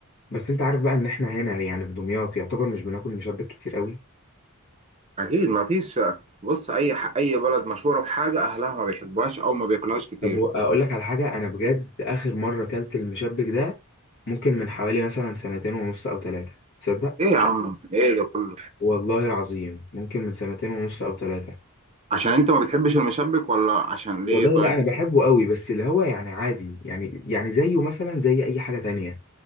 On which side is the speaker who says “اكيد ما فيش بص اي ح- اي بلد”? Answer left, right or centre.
Right